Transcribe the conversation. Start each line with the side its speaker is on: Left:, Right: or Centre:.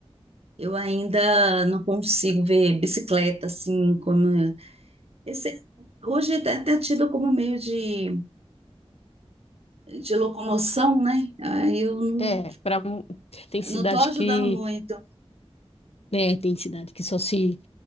Right: eu ainda não consigo ver bicicleta assim como esse, hoje é até tido como meio de, de locomoção, né? Aí eu não,
Left: É, para tem cidade
Right: não estou ajudando
Left: que,
Right: muito.
Left: né, tem cidade que só se